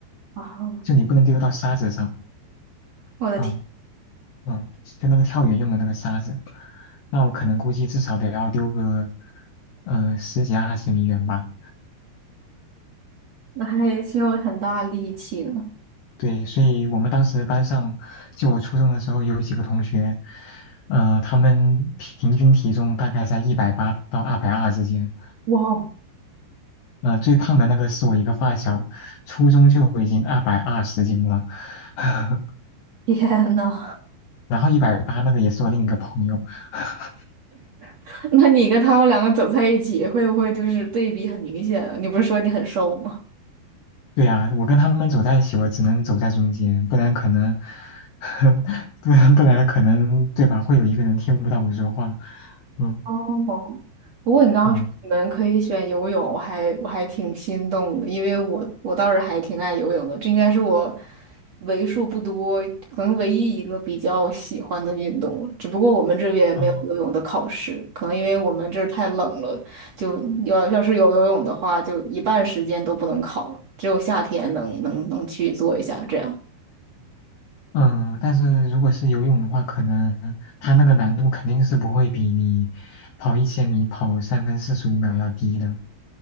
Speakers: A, on the right; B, on the left.
A: 啊，
B: 就你不能丢到沙子上。
A: 我的天，
B: 啊。嗯，就那个跳远用的那个沙子，那我可能估计至少得要丢个，呃，十几二十米远吧。
A: 那还需要很大力气呢。
B: 对，所以我们当时班上，就我初中的时候有几个同学，呃，他们平均体重大概在一百八到二百二之间。
A: 哇哦，
B: 呃，最胖的那个是我一个发小，初中就已经二百二十斤了，<laughs>
A: 天呐！
B: 然后一百八那个也是我另一个朋友。<laughs>
A: <laughs> 那你跟他们两个走在一起，会不会就是对比很明显啊？你不是说你很瘦吗？
B: 对呀，我跟他们走在一起，我只能走在中间，不然可能，<laughs> 不然不然可能，对吧？会有一个人听不到我说话。嗯
A: 哦，不过你刚刚说你们可以选游泳，
B: 嗯
A: 我还我还挺心动的，因为我我倒是还挺爱游泳的，这应该是我为数不多，可能唯一一个比较喜欢的运动了。只不过我们这边没有游泳的考试，
B: 嗯
A: 可能因为我们这儿太冷了，就要要是有游泳的话，就一半时间都不能考，只有夏天能能能去做一下这样。
B: 嗯，但是如果是游泳的话，可能他那个难度肯定是不会比你跑一千米跑三分四十五秒要低的。